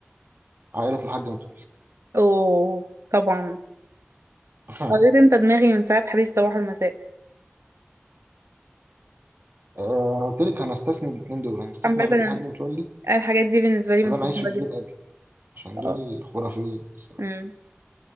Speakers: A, on the right (about 50°); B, on the right (about 80°).
A: عائلة الحاج متولي
B: اوه طبعا
A: <laughs>
B: قريت انت دماغي من ساعة حديث صباح المساء
A: آه، أنا قلت لك هنستثني الاتنين دول هنستثني
B: عامة
A: عائلة الحاج متولي
B: الحاجات دي بالنسبة لي
A: وده
B: مفضلة
A: أنا عايش في جلباب
B: جدا
A: أبي عشان
B: اه
A: دول خرافيين الصراحة
B: امم